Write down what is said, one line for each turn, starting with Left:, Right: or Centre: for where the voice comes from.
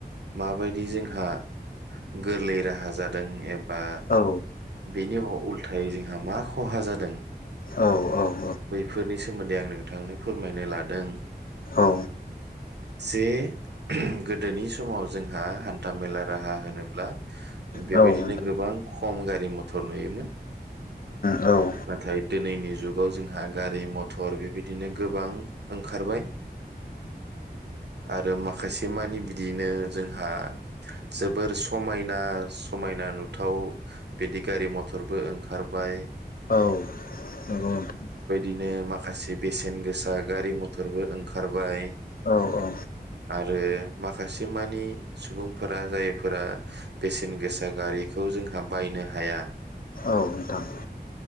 Right: माबायदि जोंहा गोरलै राहा जादों एब। बा
Left: औ
Right: बेनि उल्थायै जों। जोंहा मा। खहा जादों।
Left: औ-औ।
Right: बैफोरनि सोमोन्दै आं नोंथांनो फोरमायनो लादों।
Left: औ उम
Right: जे। गोदोनि समाव जोंहा हान्था मेला राहा होनोब्ला। बेबायदिनो
Left: औ उम
Right: गोबां ख। खम गारि मथर नुयोमोन।
Left: उम
Right: नाथाय दिनैनि जुगाव जो । आ गारि मथर बेबायदिनो गोबां। ओंखारबाय। आरो माखासे मानि बिदियैनो जोंहा जोबोर समायना-समायना नुथाव बिदि गारि मथरबो ओंखारबाय।
Left: औ नंगौ नोंथां।
Right: बिदिनो माखासे बेसेन गोसा गारि मथरबो ओंखारबाय।
Left: औ औ
Right: आरो माखासेमानि सुबुंफोरा जायफोरा बेसेन गोसा गारिखौ जोंहा बायनो हाया
Left: औ नोंथां